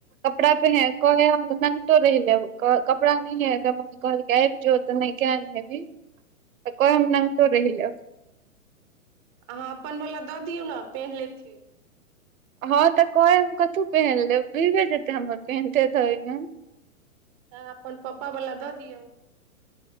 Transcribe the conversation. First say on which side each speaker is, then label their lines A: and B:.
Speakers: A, on the right; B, on the right.
A: कपड़ा पे है कहै है हम नंगटो रहि लेब कपड़ा न है मम्मी कहल आबि जो तऽ नहि के नहि हेबी तऽ कह हम नगटो रहि लेब
B: अहाँ अपन वला दऽ दियौ ने पेन्ह लेथिन
A: हँ तऽ कहै हम कथहु पहिन लेब भये जेते हमर पेनते ओमे
B: तऽ अपन पप्पा बला दऽ दियौ